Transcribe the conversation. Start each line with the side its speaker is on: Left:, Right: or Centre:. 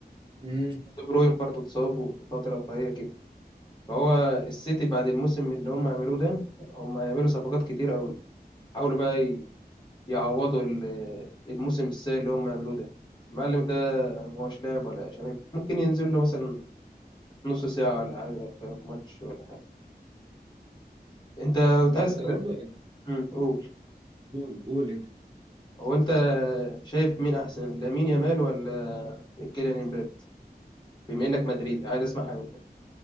Right: امم
Left: دي بروين برضه اتصاب وفترة فهي كده فهو السيتي بعد الموسم اللي هم يعملوه ده هم يعملوا صفقات كتير قوي حاولوا بقى ي- يعوضوا ال- الموسم السيء اللي هم يعملوه ده المعلم ده مش لاعب ولا شباب ممكن ينزل له مثلا نص ساعة ولا حاجة في ماتش ولا حاجة انت كنت
Right: بس
Left: عايز اسألك
Right: برضو يعني
Left: <laughs> أمم، قول
Right: قول قول انت
Left: هو انت شايف مين احسن لامين يامال ولا كيليان امبابي بما انك مدريدي عايز اسمعها منك